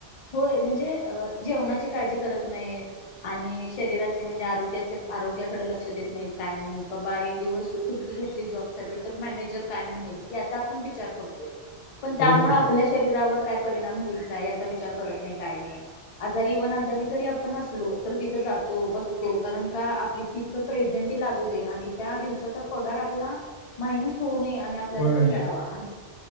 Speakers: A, on the left (about 55°); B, on the left (about 75°).
A: होयं म्हणजे जेवणांची काळजी करतं नाहींत आणि शरीराची म्हणजे आरोग्यांची आरोग्यांकडे लंक्ष देतं नाहींत कायं नाहींत बाबां एक दिवसं सुट्टी घेतली जॉबसाठी तरं मॅनेजरं कायं म्हणेल यांचा आपणं विचांर करतोय आहे
B: <inaudible> <unintelligible>
A: पणं त्यांमुळं
B: तर
A: आपल्यां शरीरांवरं कायं परिणाम हुईल कां विचारं करतं नाहीं कायं नाहीं आजारी वंन आजारी जरी आपणं असलो तरं तिथं जातो बसतो कारणं कां आपली तिथं प्रेझेंटी लागूं दे आणि त्यांदिवसांचा पगांर आपलां मायनंस होऊंन नये आणि आ आपल्यांला
B: होय
A: तो मिळांवा आणं,